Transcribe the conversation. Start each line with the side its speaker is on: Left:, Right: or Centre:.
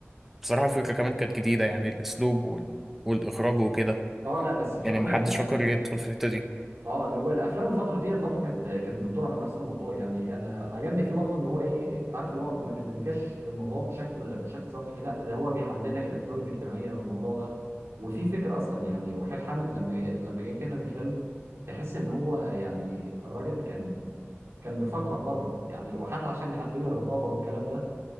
Centre: بصراحة الفكرة كمان كانت جديدة يعني الأسلوب وال- والإخراج وكده
Right: اه لا بس بصراحه
Centre: يعني محدش
Right: يعني
Centre: فكر
Right: انا
Centre: يدخل في الحتة دي
Right: اه اللي هو الافلام الفتره ديت برضو كانت كانت بتدور على نفس الموضوع يعني انا عجبني فيه برضو ان هو ايه انت عارف اللي هو ما بيدلكش الموضوع بشكل بشكل سطحي لا ده هو بيحلل لك الاسباب الاجتماعيه للموضوع ده وفي فكره اصلا يعني وحيد حامد لما لما جه كتب الفيلم تحس ان هو يعني الراجل كان كان بيفكر برضه يعني وحتى عشان يعدي من الرقابه والكلام ده